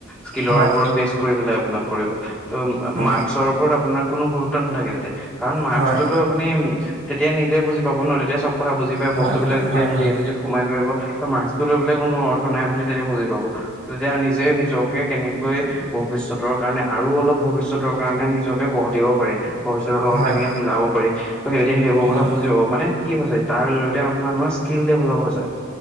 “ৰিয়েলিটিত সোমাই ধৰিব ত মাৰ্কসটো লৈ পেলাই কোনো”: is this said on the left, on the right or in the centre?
Centre